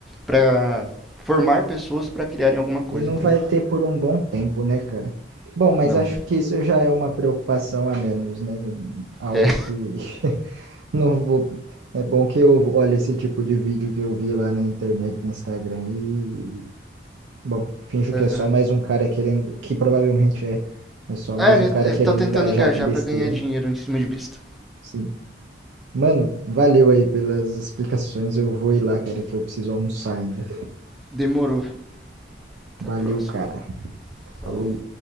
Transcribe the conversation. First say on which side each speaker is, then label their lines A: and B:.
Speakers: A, in the centre; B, on the right.
A: para formar pessoas para criarem alguma coisa,
B: E não
A: entendeu?
B: vai ter por um bom tempo, né, cara? Bom, mas
A: Não.
B: acho que isso já é uma preocupação a menos, né? Algo
A: É.
B: que <laughs> não vou. É bom que eu olho esse tipo de vídeo que eu vi lá na internet, no Instagram, e, bom, finjo que
A: Aham.
B: é só mais um cara querendo, que provavelmente é, é só mais
A: Ah, ele,
B: um cara
A: ele
B: querendo
A: tá tentando
B: engajar
A: engajar
B: com besteira,
A: para ganhar dinheiro
B: né?
A: em cima de besta.
B: Sim. Mano, valeu aí pelas explicações. Eu vou ir lá, cara, que eu preciso almoçar ainda.
A: Demorou. Até
B: Valeu,
A: a próxima.
B: cara.
A: Falou.
B: Falou.